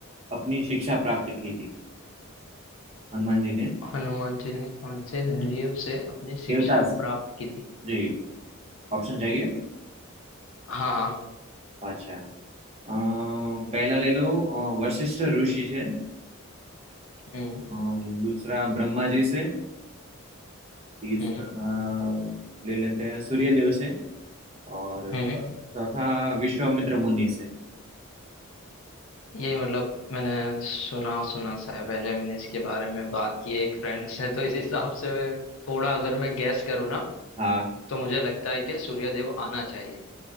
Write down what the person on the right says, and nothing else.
अपनी शिक्षा प्राप्त की थी हनुमान जी ने
देवदास
जी ऑप्शन चाहिए
अच्छा अम, पहला ले लो अ, वशिष्ठ ऋषि से
अम, दूसरा ब्रह्मा जी से तीसरा
अ, ले लेते हैं सूर्यदेव से और
चौथा विश्वामित्र मुनि से
हाँ